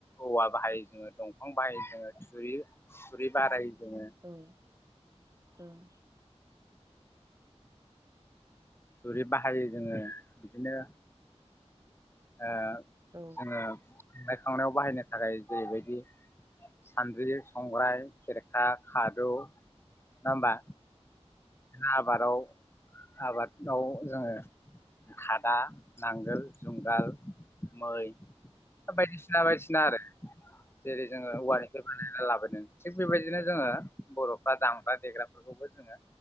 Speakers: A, on the left (about 20°); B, on the right (about 30°).
A: औवा बाहायो जोङो दंफां बाहायो जोङो थुरि थुरि बाराय‌ जोङो
B: ओं ओं।
A: थुरि बाहायो जोङो। बिदिनो ओ
B: औ।
A: जोङो संनाय खावनायाव बाहायनो थाखाय जेरैबायदि सान्द्रि, संग्राय, खेरखा, खादौ नङा होमबा। बिनो आबादाव आबादाव जोङो खादा, नांगोल, जुंगाल, मै बायदिसिना बायदिसिना आरो जेरै जोङो औवानिफ्राय बा ना लाबोदों थिग बेबायदिनो जोङो बर'फ्रा दामग्रा देग्राफोरखौबो जोङो